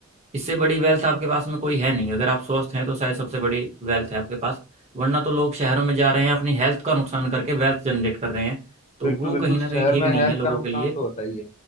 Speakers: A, on the right; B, on the left.
A: इससे बड़ी वेल्थ आपके पास में कोई है नहीं अगर आप स्वस्थ हैं तो शायद सबसे बड़ी वेल्थ है आपके पास वरना तो लोग शहरों में जा रहे हैं अपनी हेल्थ का नुकसान करके वेल्थ जनरेट कर रहे हैं तो
B: बिल्कुल
A: वो
B: बिल्कुल
A: कहीं
B: शहर
A: ना कहीं ठीक
B: में
A: नहीं
B: हेल्थ
A: है लोगों
B: का नुकसान
A: के लिए
B: तो होता ही है